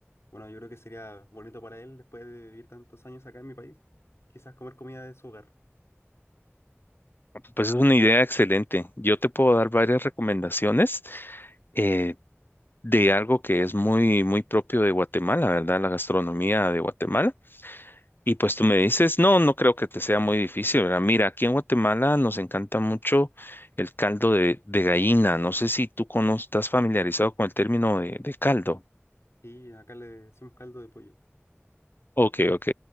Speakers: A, on the left (about 75°); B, on the left (about 50°).
A: bueno, yo creo que sería bonito para él después de vivir tantos años acá en mi país, quizás comer comida de su hogar.
B: Pues es una idea excelente. Yo te puedo dar varias recomendaciones eh, de algo que es muy, muy propio de Guatemala, ¿verdad? La gastronomía de Guatemala. Y pues tú me dices, no, no creo que te sea muy difícil, ¿verdad? Mira, aquí en Guatemala nos encanta mucho el caldo de, de gallina. No sé si tú cono- estás familiarizado con el término de, de caldo.
A: Y acá le decimos caldo de pollo.
B: Ok, ok.